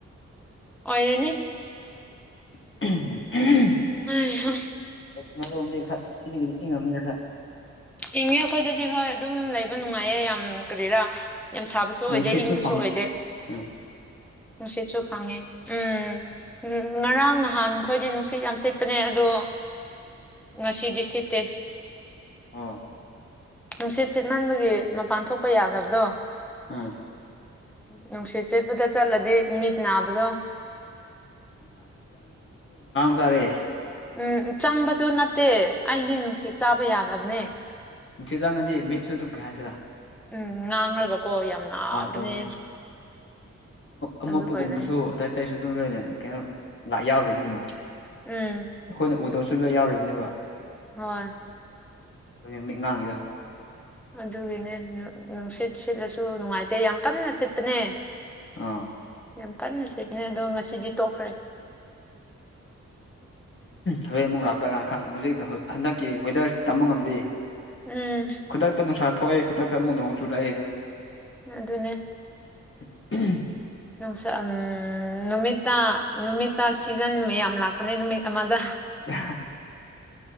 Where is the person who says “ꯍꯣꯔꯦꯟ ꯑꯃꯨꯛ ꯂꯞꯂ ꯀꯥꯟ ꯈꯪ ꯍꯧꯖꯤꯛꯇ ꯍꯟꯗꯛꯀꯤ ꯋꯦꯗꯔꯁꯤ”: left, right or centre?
Left